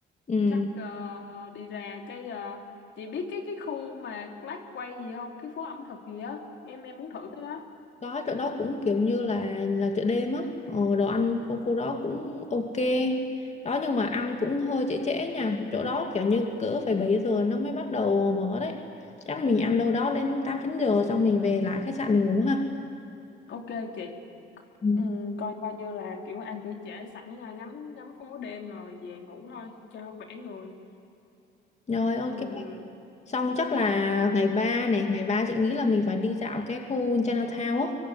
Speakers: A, on the left; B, on the left.
A: ừ
B: Chắc à, đi ra cái à, chị biết cái cái khu mà Black Quay gì không? Cái phố ẩm thực gì á. Em em muốn thử cái đó.
A: đó chỗ đó cũng kiểu như là là chợ đêm á ờ, đồ ăn khu, khu đó cũng ok đó nhưng mà ăn cũng hơi trễ trễ nha chỗ đó kiểu như cỡ phải 7 giờ nó mới bắt đầu mở đấy chắc mình ăn đâu đó đến tám chín giờ xong mình về lại khách sạn mình ngủ ha
B: Ok chị.
A: Ừ.
B: Ừ, coi coi như là kiểu ăn trễ trễ sẵn à, ngắm ngắm phố đêm rồi về ngủ thôi cho khỏe người.
A: rồi ok
B: Ừ.
A: xong chắc là ngày 3 này ngày 3 chị nghĩ là mình phải đi dạo cái khu Chinatown á